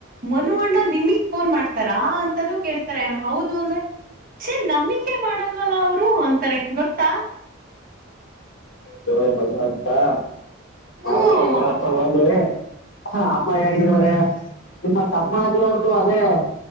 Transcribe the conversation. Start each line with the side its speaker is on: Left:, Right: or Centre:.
Right: ಮನ ಅಣ್ಣ ನಿಮಗ್ ಫೋನ್ ಮಾಡ್ತಾರಾ ಅಂತಾನೂ ಕೇಳ್ತಾರೆ ಹೌದು ಅಂದ್ರೆ ಅ ನಂಬಿಕೆ ಮಾಡಲ್ವಲ್ಲ ಅವರು ಅಂತಾರೆ ಗೊತ್ತಾ
Left: ಚಲ ಬಂತಾ
Right: ಹ್ಮ್
Left: ಹ ಬರ ಸವಾಲ ಹ ಅಮ್ಮ ಹೇಗಿದ್ದಾರೆ ನಿಮ್ಮ ತಮ್ಮಾಜಿ ಅವ್ರ್ದು ಅದೇ